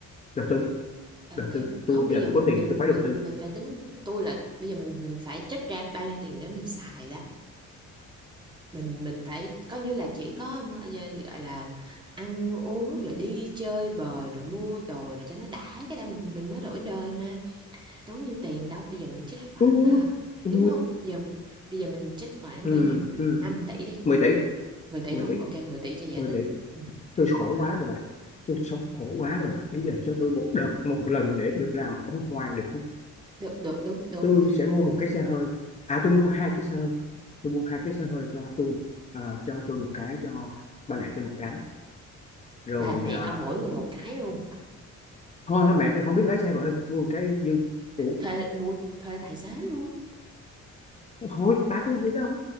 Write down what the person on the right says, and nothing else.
đầu
tư
không
bây giờ
mình
mình
mình
mình phải tính tôi là bây giờ mình mình phải trích ra bao nhiêu tiền để mình xài đó mình mình phải coi như là chỉ có mà- giờ gọi là ăn uống rồi đi chơi bời rồi mua đồ rồi cho nó đã cái đó mình mình mới đổi đời mà đâu có nhiêu tiền đâu bây giờ mình trích khoảng
à,
đúng không bây giờ bây giờ mình trích khoảng
bao nhiêu
5 tỷ đi
năm mười tỷ
luôn
ok 10 tỷ cho dễ
tính
ừ.
Đó.
được được đúng đúng
Mình-
ba mẹ
ông mỗi người một cái luôn
thuê mua thuê tài xế luôn